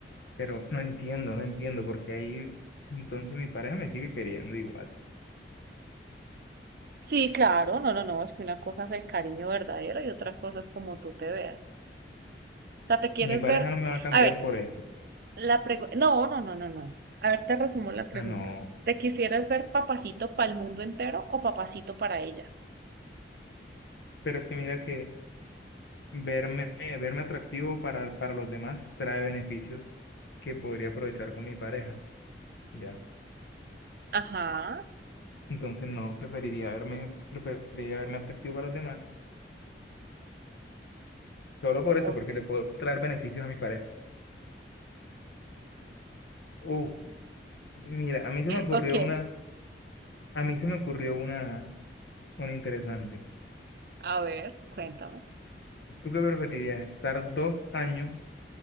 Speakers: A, on the left (about 80°); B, on the right (about 55°).
A: pero no entiendo, no entiendo, porque ahí entonces mi pareja me sigue queriendo igual.
B: Sí, claro, no, no, no, es que una cosa es el cariño verdadero y otra cosa es como tú te veas. O sea, te quieres
A: Y mi pareja
B: ver.
A: no me va a cambiar
B: A ver,
A: por eso.
B: la pregunta. No, no, no, no, no. A ver, te resumo la pregunta.
A: Ah, no,
B: ¿Te quisieras ver papacito para el mundo entero o papacito para ella?
A: pero es que mira que verme, verme atractivo para, para los demás trae beneficios que podría aprovechar con mi pareja, ya.
B: Ajá,
A: Entonces no, preferiría verme, preferiría verme atractivo para los demás, solo por eso,
B: o-
A: porque le puedo traer beneficios a mi pareja. Uf, Mira, a mí se me ocurrió
B: ok.
A: una, a mí se me ocurrió una, una interesante.
B: A ver, cuéntame.
A: ¿Tú qué preferirías? ¿Estar dos años